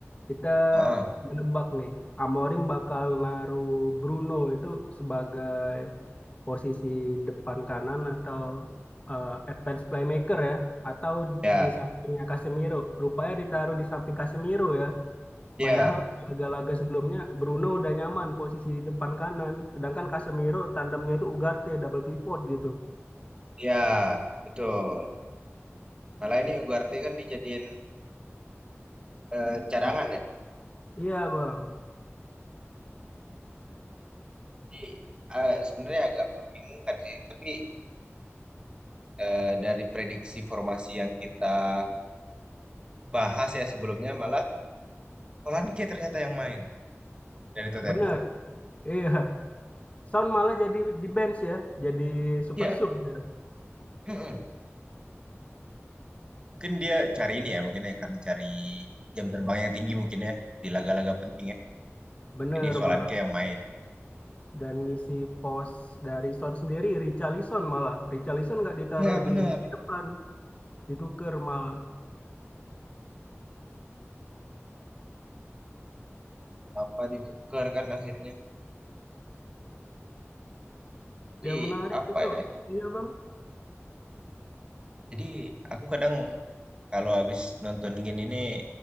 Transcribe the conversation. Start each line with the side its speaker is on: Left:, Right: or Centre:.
Left: Kita
Right: Heeh.
Left: menebak nih, Amorim bakal naruh Bruno itu sebagai posisi depan kanan atau eh, advance playmaker ya, atau
Right: Ya,
Left: di sampingnya Casemiro. Rupanya ditaruh di samping Casemiro ya.
Right: ya,
Left: Padahal laga-laga sebelumnya Bruno udah nyaman posisi di depan kanan, sedangkan Casemiro tandemnya itu Ugarte double pivot gitu.
Right: ya, betul. Malah ini Ugarte kan dijadiin eh, cadangan ya.
Left: Iya, Bang.
Right: Jadi eh, sebenarnya agak membingungkan sih. Tapi eh, dari prediksi formasi yang kita bahas ya sebelumnya, malah Solanke ternyata yang main dari Tottenham.
Left: Bener. Iya. Son malah jadi di bench ya, jadi super
Right: Iya,
Left: sub dia.
Right: Mm-mm. Mungkin dia cari ini ya, mungkin ya karena cari jam terbang yang tinggi mungkin ya di laga-laga penting ya.
Left: Bener,
Right: Jadi Solanke
Left: Bang.
Right: yang main.
Left: Dan ngisi pos dari Son sendiri Richarlison malah. Richarlison nggak ditaruh
Right: ya benar.
Left: di, di depan, ditukar malah.
Right: Apa ditukar kan akhirnya? Di
Left: Yang menarik
Right: apa
Left: itu,
Right: ya?
Left: iya, Bang.
Right: Jadi aku kadang kalau habis nonton gini nih